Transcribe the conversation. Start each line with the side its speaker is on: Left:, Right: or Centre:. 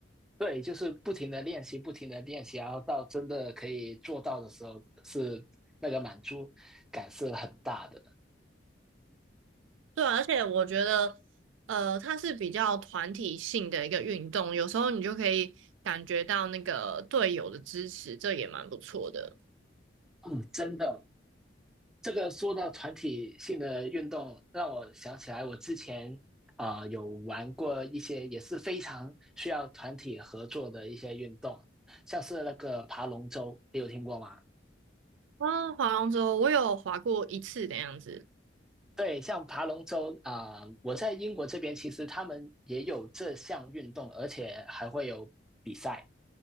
Centre: 对，就是不停的练习，不停的练习，然后到真的可以做到的时候，是那个满足感是很大的。
Right: 对啊而且我觉得，呃，它是比较团体性的一个运动，有时候你就可以感觉到那个队友的支持，这也蛮不错的。
Centre: 嗯，真的，这个说到团体性的运动，让我想起来我之前啊、呃有玩过一些也是非常需要团体合作的一些运动，像是那个爬龙舟，你有听过吗？
Right: 啊，划龙舟我有划过一次的样子。
Centre: 对，像爬龙舟啊、呃我在英国这边其实他们也有这项运动，而且还会有比赛。